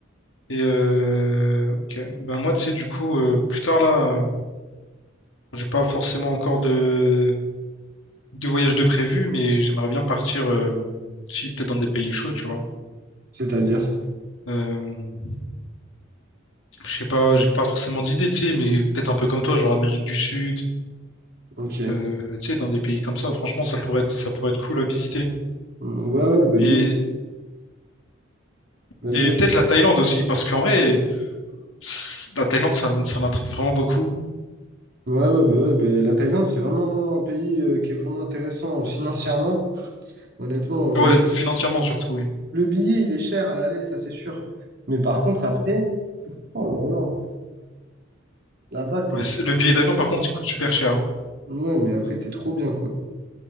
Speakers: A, on the left (about 80°); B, on the right (about 50°).
A: Et euh, ok. Ben moi, tu sais, du coup, euh, plus tard là, euh, j'ai pas forcément encore de, de voyage de prévu, mais j'aimerais bien partir, euh, si peut-être dans des pays chauds, tu vois.
B: C'est-à-dire,
A: Euh, je sais pas, j'ai pas forcément d'idée, tu sais, mais peut-être un peu comme toi, genre Amérique du Sud,
B: ok.
A: euh, tu sais, dans des pays comme ça. Franchement, ça pourrait être, ça pourrait être cool à visiter.
B: Mm, Ouais, ouais, bah,
A: Et,
B: de ouf. Vas-y,
A: et
B: ouais.
A: peut-être la Thaïlande aussi, parce qu'en vrai, c- la Thaïlande, ça, m- ça m'intrigue vraiment beaucoup.
B: Ouais, ouais, bah, ouais, bah, la Thaïlande, c'est vraiment un pays euh, qui est vraiment intéressant euh, financièrement. Honnêtement,
A: Ouais,
B: euh, le,
A: financièrement surtout, oui.
B: le billet, il est cher à l'aller, ça c'est sûr. Mais par contre, après, oh là là, là-bas, t'es.
A: Ouais, c'est- Le billet d'avion, par contre, il coûte super cher. hein.
B: Ouais, mais après, t'es trop bien, quoi.